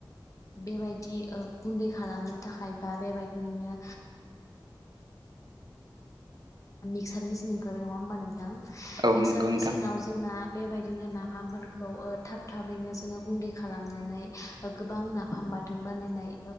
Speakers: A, on the left; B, on the right.
A: बेबायदि गुन्दै खालाम नो थाखाय बा बेबादिनो मिक्सार मिसिन ओंखारबाय नङा होमबा नोंथां
B: औ
A: मिक्सार
B: नंगौ
A: मिसिनाव
B: नोंथां
A: जोंना बेबायदि बिनो नाफामफोरखौ थाब थाब थैनो जों गुनदै खालामनानै गोबां नाफाम बाथोन बानायनाय